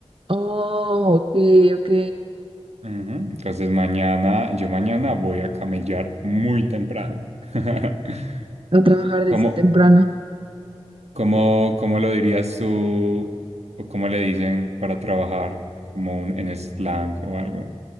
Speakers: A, on the right (about 55°); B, on the right (about 80°).
A: Oh, ok, ok.
B: Ujú, Entonces mañana, yo mañana voy a camellar muy temprano. <laughs>
A: A trabajar desde
B: ¿Cómo,
A: temprano.
B: cómo, cómo lo dirías tú? ¿O cómo le dicen para trabajar? Como un, en slang o algo.